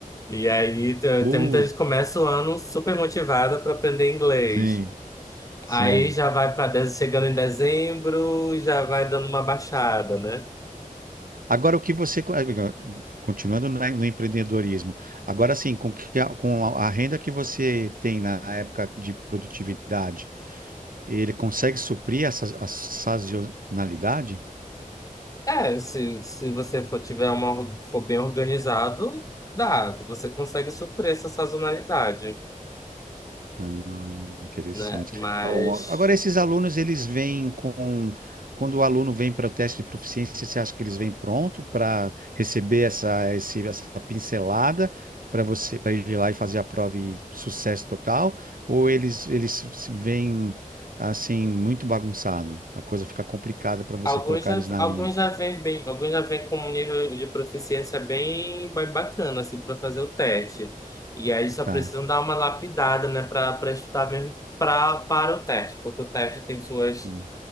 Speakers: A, on the left; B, on the right.
A: E aí te-
B: Putz,
A: tem muita gente que começa o ano super motivada para aprender inglês.
B: sim, sim.
A: Aí já vai para chegando em dezembro, já vai dando uma baixada, né?
B: Agora, o que você, continuando na- no empreendedorismo, agora sim, com, que a, com a a renda que você tem na época de produtividade, ele consegue suprir essa a sazonalidade?
A: É, se, se você for tiver uma for bem organizado, dá, você consegue suprir essa sazonalidade,
B: Ah, interessante.
A: né? Mas
B: Ah, uma- Agora, esses alunos, eles vêm com. Quando o aluno vem para o teste de proficiência, você acha que eles vêm pronto para receber essa, esse- essa pincelada para você, para ir lá e fazer a prova e sucesso total? Ou eles, eles se- vêm assim, muito bagunçado? A coisa fica complicada para você
A: Alguns
B: colocar
A: já,
B: eles na
A: alguns
B: linha.
A: já vêm bem, alguns já vêm com um nível de proficiência bem, bem bacana, assim, para fazer o teste. E aí só
B: Tá.
A: precisam dar uma lapidada, né, para para estudar mesmo pra, para o teste, porque o teste tem suas,
B: Hum.